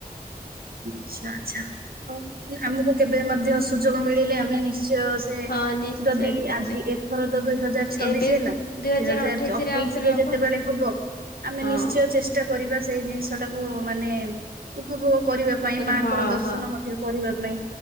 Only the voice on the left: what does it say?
ହଁ ନିଶ୍ଚୟ
ନିଶ୍ଚୟ
ଏବେ
ଅଠେଇଶି
ରେ ଆଉଥରେ ହବ
ହଁ
ଓକରେ
ହଁ
ହଁ